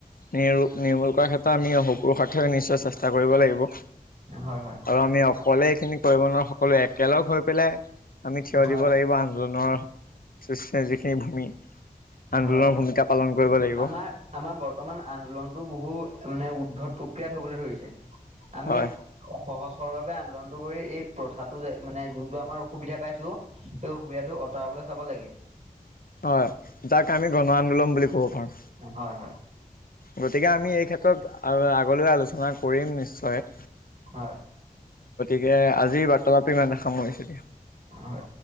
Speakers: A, on the left; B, on the right.
A: নিমূ নিৰ্মূল কৰাৰ ক্ষেত্ৰত আমি অস পুৰুষাৰ্থে নিশ্চয় চেষ্টা কৰিব লাগিব।
B: হয় হয়।
A: আৰু আমি অকলে এইখিনি কৰিব নোৱাৰো, সকলোৱো একেলগ হৈ পেলাই আমি থিয়
B: হয়
A: দিব লাগিব আন্দোলনৰ য়েছে যিখিনি ভূমি আন্দোলনৰ
B: হয় হয়
A: ভূমিকা পালন কৰিব লাগিব।
B: আমাৰ আমাৰ বৰ্তমান আন্দোলনটো বহু মানে উদ্ধত প্ৰক্ৰিয়াত হ'বলৈ ধৰিছে। আমি
A: হয়।
B: সহজ সৰভাৱ আন্দোলনটো কৰি এই প্ৰথাটো যে মানে যোনটো আমাৰ অসুবিধা পাইছো এই অসুবিধাটো আঁতৰাবলৈ চাব লাগে।
A: হয়। যাক আমি গণ আন্দোলন বুলি ক'ব পাৰো।
B: হয় হয়।
A: গতিকে আমি এই ক্ষেত্ৰত আগলৈ আলোচনা কৰিম নিশ্চয়।
B: হয়।
A: তিকে আজিৰ বাৰ্তালাপি ইমানতে সামৰিছে দিয়া।
B: হয়।